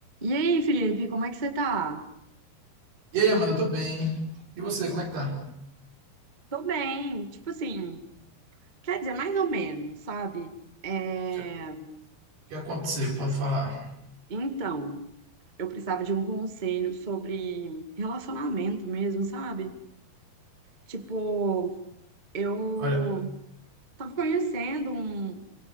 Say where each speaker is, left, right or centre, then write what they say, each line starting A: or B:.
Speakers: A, on the right; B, on the right.
A: E aí, Felipe, como é que você tá?
B: E aí, Amanda, eu tô bem. E você, como é que tá?
A: Tô bem, tipo assim, quer dizer, mais ou menos, sabe? É,
B: O que, que aconteceu? Pode falar.
A: Então, eu precisava de um conselho sobre relacionamento mesmo, sabe? Tipo, eu
B: Olha,
A: tava conhecendo um,